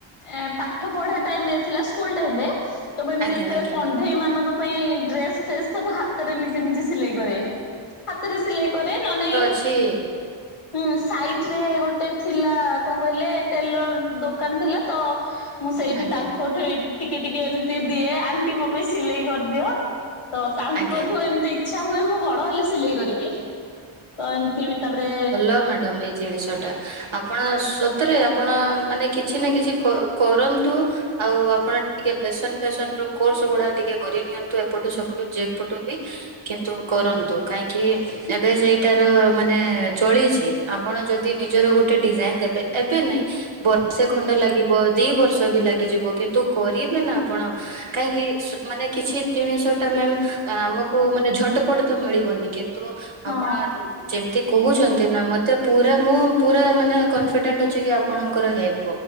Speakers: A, on the left; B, on the right.
A: ଏଁ ପାଠ ପଢା ଟାଇମ୍ ରେ ଥିଲା ସ୍କୁଲ ଟାଇମ୍ ରେ ତ ମୁଁ ଏମିତି
B: ଆଜ୍ଞା
A: ଯେତେବେଳେ
B: ଆଜ୍ଞା।
A: କଣ୍ଢେଇ ମାନଙ୍କ ପାଇଁ ଡ୍ରେସ ଫ୍ରେସ୍ ସବୁ ହାତରେ ନିଜେ ନିଜେ ସିଲେଇ କରେ। ହାତରେ ସିଲେଇ କରେ ନ ନାଇଁ
B: ଚି
A: ହୁଁ ସାଇଟ୍ ରେ ଗୋଟେ ଥିଲା କଣ କହିଲେ ଟେଲର ଦୋକାନ ଥିଲା ତ ମୁଁ ସେଇଠି
B: ଆଜ୍ଞା
A: ତାଙ୍କଠୁ ଟିକେ ଟିକେ ଏମିତି ଦିଏ ଆଣ୍ଟି ମୋ ପାଇଁ ସିଲେଇ କରିଦିଅ। ତ ତାଙ୍କଠୁ
B: ଆଜ୍ଞା
A: ଏମିତି ଇଚ୍ଛା ହୁଏ ମୁଁ ବଡ ହେଲେ ସିଲେଇ କରିବି। ତ ଏମିତି ବି ତାପରେ
B: ତ ମ୍ୟାଡ଼ମ୍ ଏଇ ଜିଡ଼ିସ ଟା ଆପଣ ସତରେ ଆପଣ ମାନେ କିଛି ନା କିଛି କ କରନ୍ତୁ ଆଉ ଆପଣ ଟିକେ ଫ୍ୟାସନ ଫ୍ୟାସନ ର କୋର୍ସ ଗୁଡା ଟିକେ କରି ନିିଅନ୍ତୁ ଏପଟୁ ସେପଟୁ ଯେପଟୁ ବି କିନ୍ତୁ କରନ୍ତୁ କାହିଁକି ଏବେ ସେଇ ମାନେ ଚଳିଚି ଆପଣ ଯଦି ନିଜର ଗୋଟେ ଡିଜାଇନ୍ ଦେବେ ଏବେ ନାଇଁ ବର୍ଷେ ଖଣ୍ଡେ ଲାଗିବ ଦି ବର୍ଷ ବି ଲାଗିଯିବ କିନ୍ତୁ କରିବେ ନା ଆପଣ କାହିଁକି ମାନେ କିଛି ଜିନିଷ ଟା ମ୍ୟାମ୍ ଆମକୁ ମାନେ ଝଟପଟ ତ ମିଳିବନି କିନ୍ତୁ
A: ହଁ
B: କଣ ଯେମିତି କହୁଚନ୍ତି ନା ମତେ ପୁରା ମୁଁ ପୁରା ମାନେ କନଫିଡେଣ୍ଟ ଅଛି କି ଆପଣଙ୍କର ହେବ।